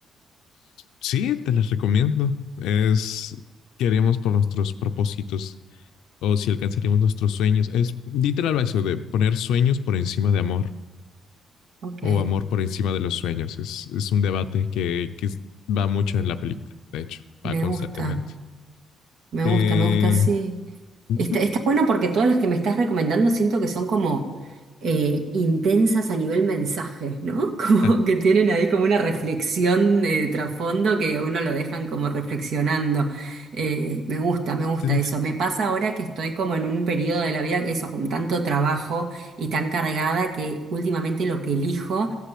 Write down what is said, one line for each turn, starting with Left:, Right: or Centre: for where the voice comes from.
Left: Sí, te las recomiendo. Es qué haríamos por nuestros propósitos o si alcanzaríamos nuestros sueños. Es literal eso de poner sueños por encima de amor
Right: Ok,
Left: o amor por encima de los sueños. Es, es un debate que, que es- va mucho en la película, de hecho,
Right: me
Left: va constantemente.
Right: gusta, me
Left: Eh,
Right: gusta, me gusta, sí.
Left: ujú.
Right: Está, está bueno porque todas las que me estás recomendando siento que son como eh, intensas a nivel mensaje, ¿no? <laughs> Como
Left: Ah,
Right: que tienen ahí como una reflexión eh, de trasfondo que a uno lo dejan como reflexionando. Eh, me gusta, me gusta
Left: te dije.
Right: eso. Me pasa ahora que estoy como en un periodo de la vida, eso, con tanto trabajo y tan cargada que últimamente lo que elijo